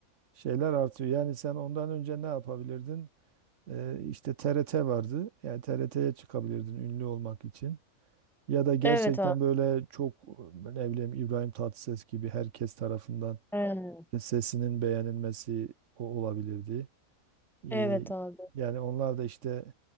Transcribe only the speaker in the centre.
Evet abi.
Evet
evet abi.